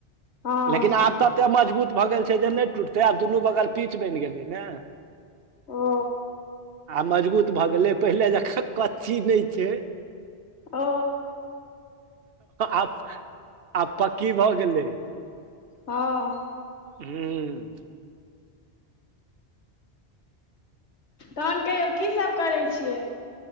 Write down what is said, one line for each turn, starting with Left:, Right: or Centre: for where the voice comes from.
Left: हँ
Right: लेकिन आब तते मजबूत भऽ गेल छै जे नहि टूटतै आब दुनू बगल पीच बनि गेलै ने
Left: ओ
Right: आ मजबूत भए गेले पहिले जकाँ कचछी नहि छै
Left: ओ
Right: आब आब पक्की भऽ गेलै
Left: हँ
Right: हू हू
Left: तहन कहियौ की सब करै छियै